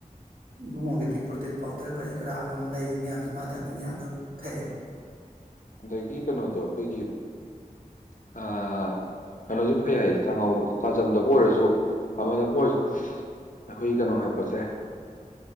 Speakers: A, on the right; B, on the left.
A: ꯏꯕꯨꯡꯉꯣꯒꯤꯗꯤ ꯄ꯭ꯔꯣꯇꯤꯟ ꯄꯥꯎꯗꯔ ꯀꯔꯤ ꯀꯔꯥ ꯑꯃ ꯑꯃ ꯂꯩꯔꯤ ꯃꯌꯥꯝꯁꯦ ꯃꯥꯗ ꯑꯗꯨꯢ ꯃꯌꯥꯝ ꯑꯗꯨꯝ ꯊꯛꯑꯦꯕ <inaudible>
B: ꯑꯗꯒꯤ ꯀꯩꯅꯣꯗꯣ ꯑꯩꯈꯣꯏꯒꯤ ꯑ ꯀꯩꯅꯣꯁꯦ ꯐꯩ ꯍꯥꯏꯌꯦ ꯆꯥꯛꯉꯧ ꯆꯥꯖꯝꯗꯕꯨ ꯑꯣꯏꯔꯁꯨ ꯑꯃꯗꯕꯨ ꯑꯣꯏꯔꯁꯨ ꯑꯩꯈꯣꯏ ꯀꯩꯅꯣ ꯍꯥꯞꯄꯁꯦ